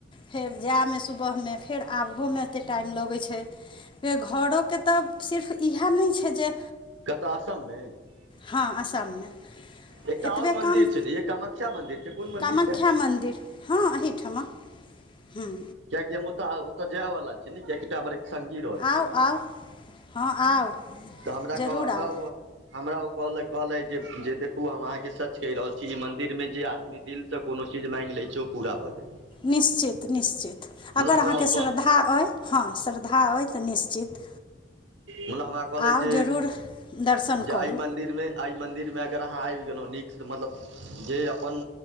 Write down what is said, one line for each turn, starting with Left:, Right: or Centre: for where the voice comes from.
Left: फेर जाइमे सुबहमे फेर आबहोमे एतेक टाइम लगैत छै। फेर घरोके तऽ सिर्फ इएह नहि छै जे
Right: कतऽ असम मे
Left: हँ असाममे।
Right: एकटा
Left: एतबे
Right: आओर मंदिर
Left: काम,
Right: छै ने य कामाख्या मंदिर छै कोन मंदिर
Left: कामाख्या
Right: छै
Left: मन्दिर हँ एहीठमा। हुं।
Right: किआकि हम ओत ओतय जाए वला छी ने, कियाकि त हमर एक। संगी रहै
Left: आउ
Right: छै ओतऽ,
Left: आउ हँ आउ
Right: तऽ हमरा
Left: जरूर
Right: कह हमरा
Left: आउ
Right: ओ। हमरा ओ कहलैथ जे देखू हम अहाँके सच कहि रहल छी ई मंदिर मे जे आदमी दिल सँ कोनो चीज मांगि लै छै ओ पूरा भऽ जाइ छै।
Left: निश्चित निश्चित,
Right: मतलब
Left: अगर अहाँके
Right: हमरा ओ
Left: श्रद्धा
Right: कहल
Left: अइ हँ श्रद्धा अइ तऽ निश्चित।
Right: मुदा हमरा कहलैथ
Left: आउ जरूर दर्शन
Right: जे
Left: करू
Right: ऐ मदिर मे एहि मन्दिरमे अगर अहाँ आबि गेलहुँ नीकसँ मतलब जे अपन